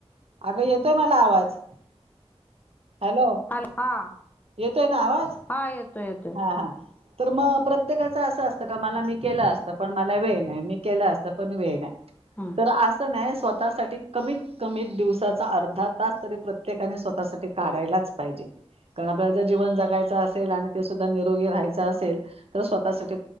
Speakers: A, on the right; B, on the left.
A: अगं येतोय मला आवाज. हॅलो,
B: हॅलो हा
A: येतोय ना आवाज
B: हा येतोय येतोय
A: हां हां तर मग प्रत्येकाच असं असतं का मला मी केलं असतं पण मला वेळ नाही मी केलं असतं पण वेळ नाही.
B: हां.
A: तर असं नाही स्वतःसाठी कमीत कमीत दिवसाचा अर्ध तास तरी प्रत्येकानी स्वतःसाठी काढायलाच पाहिजे कारण आपल्याला जर जीवन जगायचं असेल आणि ते सुधा निरोगी राहायचं असेल तर स्वतः साठी